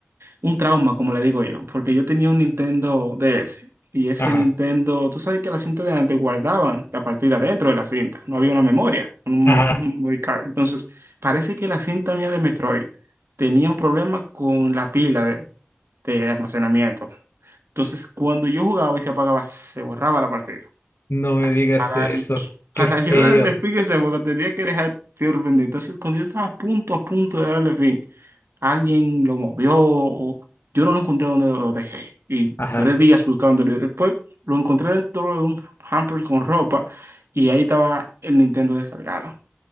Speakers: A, on the right (about 80°); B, on the left (about 70°).
A: un trauma, como le digo yo, porque yo tenía un Nintendo DS y ese
B: Ajá,
A: Nintendo, tú sabes que la cinta de antes guardaban la partida dentro de la cinta, no había una memoria, un
B: ajá,
A: memory, un memory card. Entonces, parece que la cinta mía de Metroid tenía un problema con la pila de, de almacenamiento. Entonces, cuando yo jugaba y se apagaba, se borraba la partida
B: no
A: sea,
B: me digas
A: para,
B: eso, qué
A: para
B: feo.
A: yo darle fin a ese juego tenía que dejar sirviendo. Entonces, cuando yo estaba a punto, a punto de darle fin, alguien lo movió o yo no lo encontré donde lo dejé. Y
B: Ajá.
A: duré días buscándolo. Después lo encontré dentro de un hamper con ropa y ahí estaba el Nintendo descargado.